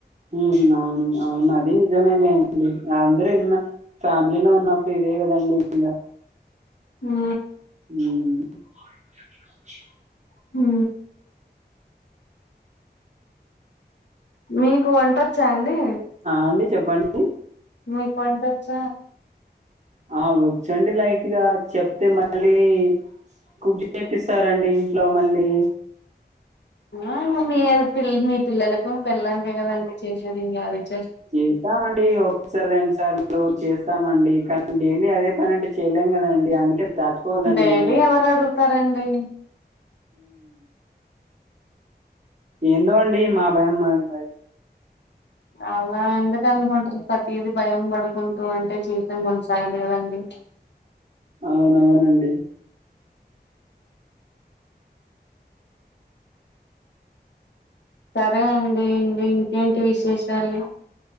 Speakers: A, on the right; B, on the left.
A: ఉ అవును అవును అది నిజమే లే అందరూ ఫ్యామిలీలో ఉన్నప్పుడు ఇదే కదండి ఇంకా
B: హు
A: <inaudible> <inaudible>
B: హు మీకు వంట వచ్చా అండి
A: ఆ అండి చెప్పండి
B: మీక్ వంట ఒచ్చ
A: ఆ వచ్చండి లైట్గా చెప్తే మళ్ళీ కుక్ చేపిస్తారండి ఇంట్లో మళ్ళీ
B: ఆ మీ పిల్ మీ పిల్లలకు పెళ్ళాంకే కదండి చేసేది ఇంక ఎవరికి
A: చేస్తామండి ఒకసారి రెండు సార్లు చేస్తామండి కానీ డైలీ అదే పని అంటే చేయలేం కదండి అందుకే దాచుకోవాలండి
B: డైలీ
A: ఇలాంటివి
B: ఎవరు అడుగుతారండి
A: ఏందో అండి మా భయం మాది
B: అలా ఎందుకు అనుకుంటారు ప్రతిది భయ పడుకుంటూ అంటే జీవితం కొనసాగలేదండి
A: అవునవునండి
B: సరే అండి ఇంకేంటి విశేషాలు